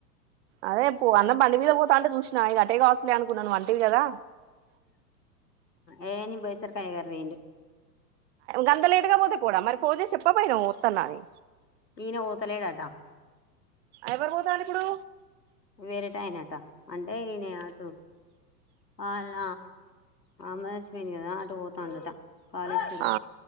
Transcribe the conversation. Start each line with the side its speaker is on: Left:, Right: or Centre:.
Right: అదే పో అన్న బంటి మీద పోతంటే చూసినా ఇగ అటే కావచ్చలే అనుకున్నా నువ్ అంటివి కదా
Left: ఏ నిను పొయ్యి సరికే అయ్యగారు పోయిండు
Right: గందలేటుగపోతే పోడా మరి పోన్ చేసి చెప్పకపోయినవ్ వత్తన్నా అని
Left: ఈనే పోతలేడటా
Right: ఎవరుపోతండ్రు ఇప్పుడు
Left: వేరేటాయినట అంటే ఈయనే అటు వల్ల అమ్మ సచ్చిపోయింది కద అటు పోతాండట కాళేశ్వరం
Right: అ